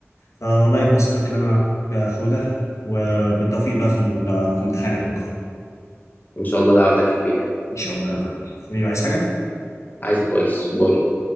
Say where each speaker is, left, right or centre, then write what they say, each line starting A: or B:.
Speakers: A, on the left; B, on the left.
A: فوالله اتبسطت بالكلام معاك يا حودة وبالتوفيق بقى في ال- في امتحانك بكرة
B: ان شاء الله دعوتك يا حبيبي
A: إن شاء الله يا معلم حبيبي عايز حاجة؟
B: عايزك كويس باي